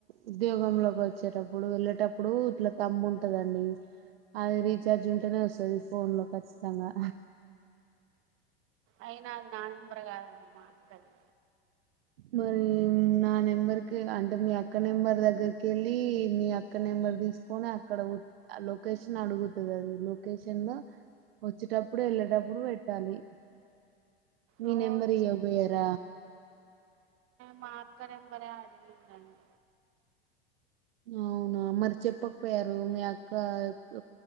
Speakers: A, on the right; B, on the right.
A: ఉద్యోగంలో కొ వచ్చేటప్పుడు వెళ్ళేటప్పుడు ఇట్లా తంబ్ ఉంటదండి అది రీచార్జ్ ఉంటేనే వస్తది ఫోన్ లో ఖచ్చితంగా
B: అయినా అది నా నెంబర్ కాదండి మా అక్కది.
A: మరి నా నెంబర్కి అంటే మీ అక్క నెంబర్ దగ్గరకి కెళ్ళి మీ అక్క నెంబర్ అక్కడ తీసుకొని అక్కడ ఉ లొకేషన్ అడుగుతది అది లొకేషన్ ల వచ్చేటప్పుడు వెళ్ళేటప్పుడు పెట్టాలి. మీ
B: రోజు
A: నెంబర్ ఇయక బోయార.
B: మాక్క నెంబరె అడిగిందండి.
A: అవునా మరి చెప్పకపోయారు మీ అక్క క్